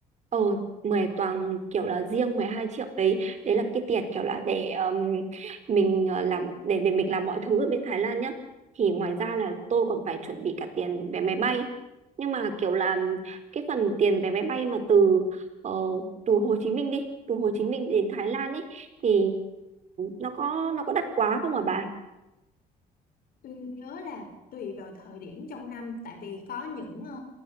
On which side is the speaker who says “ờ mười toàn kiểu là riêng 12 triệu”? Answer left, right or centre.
Right